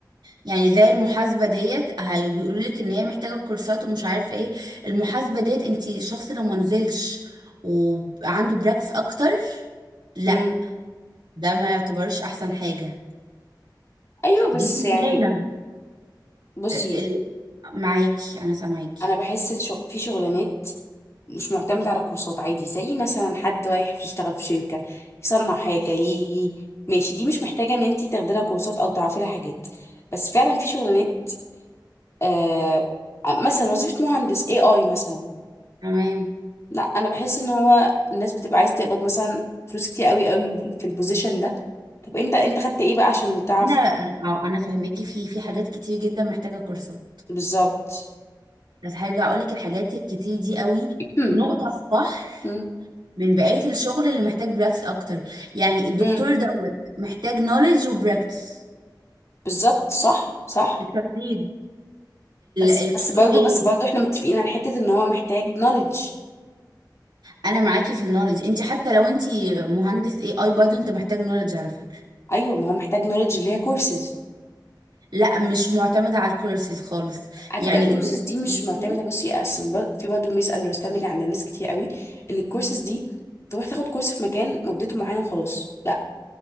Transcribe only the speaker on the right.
يعني زي المحاسبة ديت بيقولوا لك ان هي محتاجة كورسات ومش عارفة ايه المحاسبة ديت انت شخص لو ما نزلش وعنده براكتس اكتر لا
ده ما يعتبرش احسن حاجة
دي شغلانة
ال- ال- معاكي انا سامعاكي
تمام
انا أو انا فاهماكي في في حاجات كتير جدا محتاجة كورسات
بس هرجع اقول لك الحاجات الكتير دي قوي
نقطة في بحر
من بقية الشغل اللي محتاج براكتس اكتر يعني الدكتور
دوت محتاج نوليدج وبراكتس
التمريض
الكيو
اي
انا معاكي في النولج انت حتى لو انت مهندس اي اي برضه انت محتاج نولج على فكره
لا مش معتمده على الكورسز خالص
يعني
الدكتور
بصي